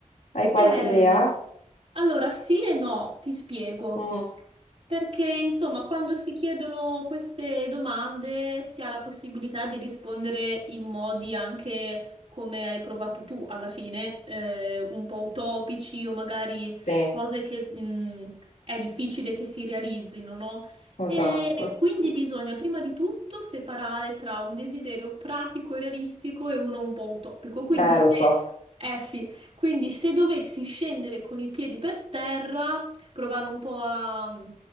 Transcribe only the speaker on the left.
hai qualche
idea?
Mm,
Sì,
esatto.
Eh,
lo so.